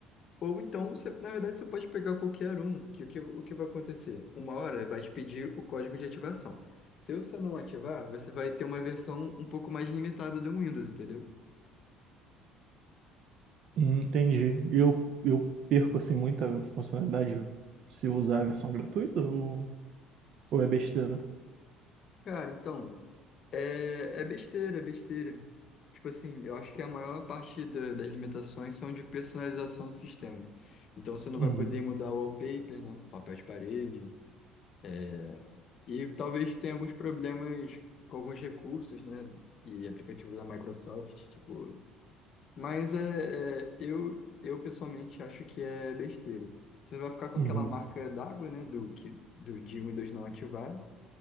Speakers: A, on the left (about 50°); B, on the right (about 60°).
A: Ou então, você- na verdade, você pode pegar qualquer um, que o que, o que vai acontecer? Uma hora ele vai te pedir o código de ativação. Se você não ativar, você vai ter uma versão um pouco mais limitada do Windows, entendeu?
B: Hum, Entendi. E Eu, eu perco assim muita funcionalidade se eu usar a versão gratuita? Ou... Ou é besteira?
A: Cara, então, é, é besteira, é besteira. Tipo assim, eu acho que a maior parte da- das limitações são de personalização do sistema. Então, você não
B: Uhum.
A: vai poder mudar o wallpaper, né? O papel de parede, É, e talvez tenha alguns problemas com alguns recursos, né? E aplicativos da Microsoft, tipo. Mas é, é, eu, eu pessoalmente acho que é besteira. Você vai ficar com
B: Uhum.
A: aquela marca d'água, né? Do, que, do de Windows não ativar.